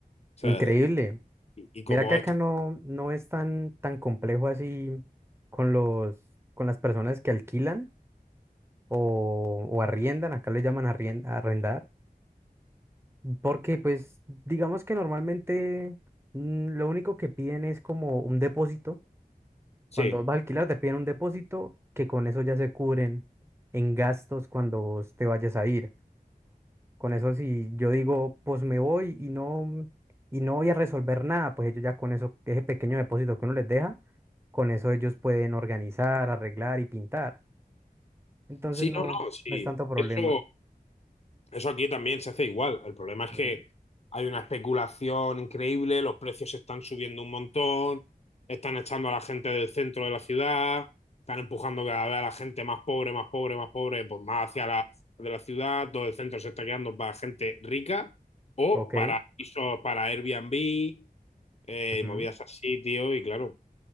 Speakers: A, on the left; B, on the right.
A: sea,
B: Increíble.
A: y, y como
B: Mira que acá
A: esta.
B: no, no es tan, tan complejo así con los, con las personas que alquilan. o, o arriendan, acá le llaman arrien- arrendar, porque pues digamos que normalmente mm, lo único que piden es como un depósito,
A: Sí,
B: cuando vas a alquilar te piden un depósito que con eso ya se cubren en gastos cuando vos te vayas a ir. Con eso si yo digo, pues me voy y no, y no voy a resolver nada, pues ellos ya con eso, ese pequeño depósito que uno les deja, con eso ellos pueden organizar, arreglar y pintar. Entonces
A: sí,
B: no,
A: no, no, sí,
B: no es tanto problema.
A: eso, Eso aquí también se hace igual. El problema es
B: Ujú.
A: que hay una especulación increíble, los precios están subiendo un montón, están echando a la gente del centro de la ciudad, están empujando cada vez a la gente más pobre, más pobre, más pobre, pues más hacia la de la ciudad, todo el centro se está quedando para gente rica o
B: Ok,
A: para pisos, para Airbnb, eh,
B: ujú,
A: y movidas así, tío, y claro,